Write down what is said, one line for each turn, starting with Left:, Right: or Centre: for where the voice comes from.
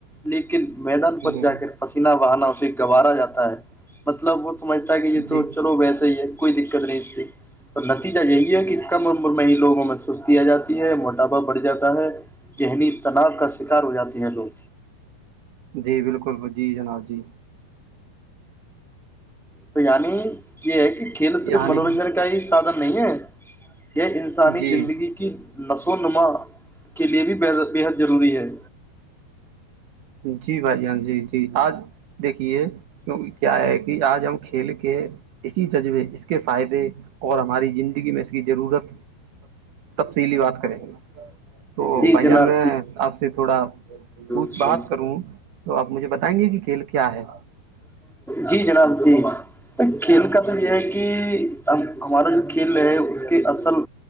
Centre: لیکن میدان پر
Right: ہ
Centre: جا کر پسیینہ بہانا اس جاتا ہے مطلب وہ سب سمجھتا ہے کہ یہ تو
Right: جی
Centre: چلو ویسے ہی ہے کوئی دقت نہیں اور نتیجہ یہی ہے کہ کم عمر میں ہی لوگوں میں سستی آ جاتی ہے موٹاپا بڑھ جاتا ہے ذہنی تناؤ کا سکار ہو جاتے ہیں لوگ
Right: جی بالکل جی جناب جی
Centre: تو یعنی یہ ہے کہ کھیل صرف
Right: یعنی
Centre: منورنجن کا ہی سادھن نہیں ہے جچ <unintelligible> یہ انسانی
Right: جی
Centre: زندگی کی نسل تو نما کے لیے بھی ب بےحد ضروری ہے
Right: جی بھائی جان جی جی آج دیکھیے کیا ہے کہ آج ہم کھیل کے اسی جذبے اس کے فائدے اور ہماری زندگی میں اس کی ضرورت تب سے یلی بات کریں گے تو
Centre: جی
Right: بھائی
Centre: جناب
Right: جان میں آپ سے تھوڑا پوچھ
Centre: ج
Right: بات کروں تو آپ مجھے بتائیں گے کہ کھیل کیا ہے
Centre: جی جناب جی کھیل کا تو یہ ہے کہ ہمارا جو کھیل ہے اس کے اصل